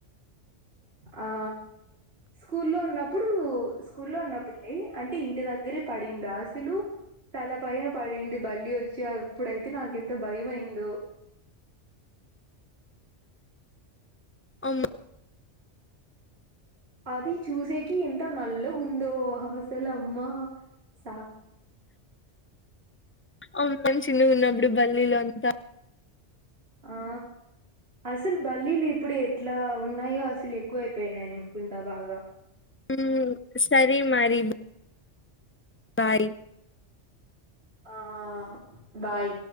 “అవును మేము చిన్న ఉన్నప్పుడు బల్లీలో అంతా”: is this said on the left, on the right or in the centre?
Left